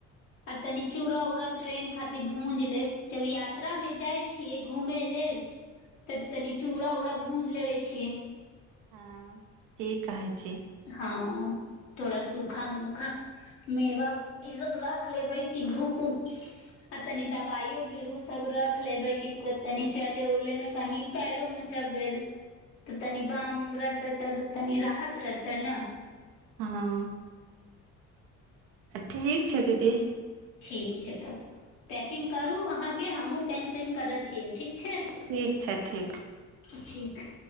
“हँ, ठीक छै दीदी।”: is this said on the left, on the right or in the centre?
Right